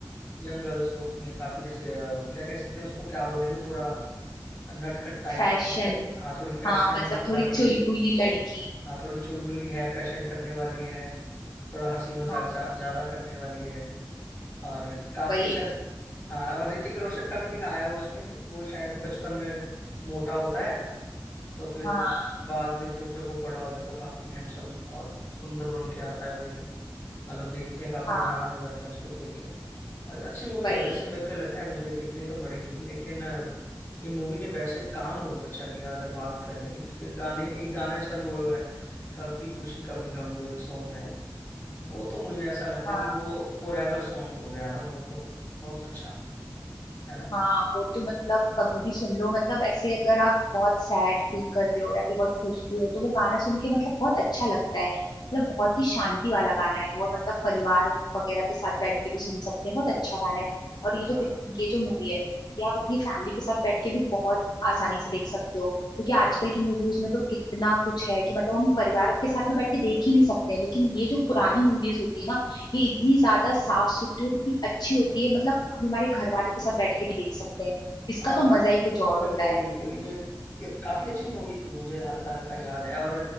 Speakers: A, on the left (about 30°); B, on the left (about 65°).
A: यंग गर्ल्स होती हैं काफी जैसे अ, क्या कह सकते हैं उसको क्या बोलेंगे थोड़ा नटखट टाइप
B: फैशन
A: हाँ थोड़ी फैशन
B: हाँ मतलब
A: वाली
B: थोड़ी चुलबुली लड़की
A: हाँ थोड़ी चुलबुली है फैशन करने वाली है थोड़ा हंसी मजाक
B: हाँ
A: जा- ज्यादा करने वाली है और काफी
B: वही
A: अच्छा
B: एक
A: हाँ और ऋतिक रोशन का भी दिखाया है उसमें कि वो शायद बचपन में मोटा होता है तो फिर
B: हाँ
A: बाद में फिर जब वो बड़ा हो जाता है काफी हैंडसम और सुंदर बन के आता है फिर मतलब देखते हैं काफी
B: हाँ
A: हैरान हो जाते हैं उसको देख के और अच्छी मूवी
B: वही
A: है वैसे मेरे को लगता है मुझे ये देखनी तो पड़ेगी लेकिन अ, ये मूवी ने वैसे काम बहुत अच्छा किया अगर बात करें इसके गाने एक गाना इसका जो है वो है कभी खुशी कभी गम जो एक सॉन्ग है वो तो मुझे ऐसा लगता
B: हाँ
A: है कि वो फॉर एवर सॉन्ग हो गया ना वो तो बहुत अच्छा है ना
B: हाँ वो तो मतलब कभी भी सुन लो मतलब ऐसे अगर आप बहुत सैड फील कर रहे हो या फिर बहुत खुश भी हो तो वो गाना सुन के मतलब बहुत अच्छा लगता है मतलब बहुत ही शांति वाला गाना है वो मतलब परिवार वगैरह के साथ बैठ के भी सुन सकते हैं बहुत अच्छा गाना है और ये
A: हाँ।
B: जो पिक- ये जो मूवी है ये आप अपनी फैमिली के साथ बैठ के भी बहुत आसानी से देख सकते हो क्योंकि आजकल की मूवीज में तो कितना कुछ है कि मतलब हम परिवार के साथ में बैठ के देख ही नहीं सकते हैं लेकिन ये जो पुरानी मूवीज होती है ना ये इतनी ज्यादा साफ सुथरी और इतनी अच्छी होती है मतलब हम हमारे घर वालों के साथ बैठ के भी देख सकते हैं इसका
A: हाँ
B: तो मजा ही कुछ और
A: बिल्कुल
B: होता है
A: बिल्कुल ये ये काफी अच्छी मूवी थी मुझे हल्का हल्का याद है और